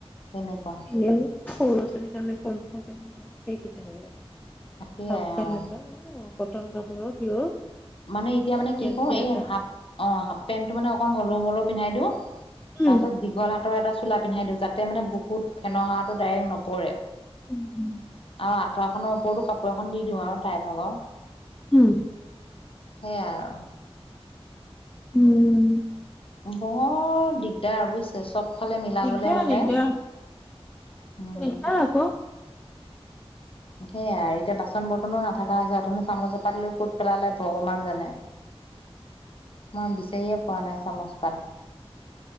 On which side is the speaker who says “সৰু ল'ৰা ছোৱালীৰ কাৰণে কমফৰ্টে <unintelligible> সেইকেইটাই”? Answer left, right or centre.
Left